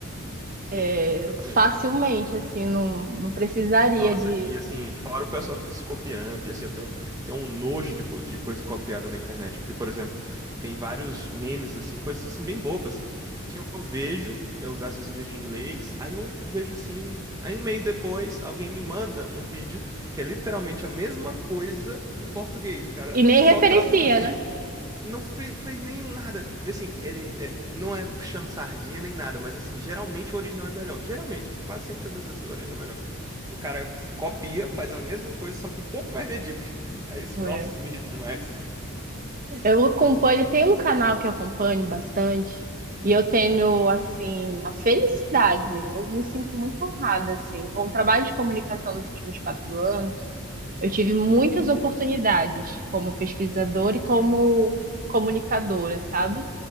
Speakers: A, on the right; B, on the right.
A: sim,
B: É,
A: exatamente.
B: facilmente, assim, não, não precisaria
A: Nossa,
B: de.
A: e assim, fora o pessoal que fica se copiando, e assim, eu tenho um, tenho um nojo de, co- de coisa copiada na internet, porque, por exemplo, tem vários memes, assim, coisas assim bem bobas, que eu vejo, eu às vezes eu vejo em inglês, aí eu vejo assim, aí um mês depois alguém me manda um vídeo que é literalmente a mesma coisa em português, o cara
B: E nem
A: só
B: referencia,
A: traduziu.
B: né?
A: Não fez, fez nenhum nada. E assim, ele é, não é puxando sardinha nem nada, mas assim, geralmente o original é melhor. Geralmente, assim, quase 100% das vezes o original é melhor. O cara copia, faz a mesma coisa, só que um pouco mais medíocre. <laughs> Aí isso,
B: É.
A: nossa, isso me irrita demais.
B: Eu acompanho, tem um canal que eu acompanho bastante, e eu tenho, assim, a felicidade, eu me sinto muito honrada, assim, com o trabalho de comunicação nos últimos quatro anos, eu tive muitas oportunidades como pesquisadora e como comunicadora, sabe?